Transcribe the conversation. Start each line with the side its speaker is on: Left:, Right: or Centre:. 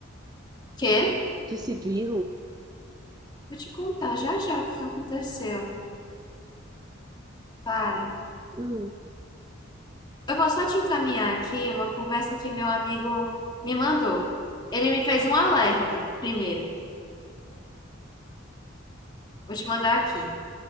Left: Quê?
Right: de seguiram.
Left: Vou te contar já já o que que aconteceu. Para.
Right: Hum,
Left: Eu vou só te encaminhar aqui uma conversa que meu amigo me mandou. Ele me fez um alerta primeiro. Vou te mandar aqui.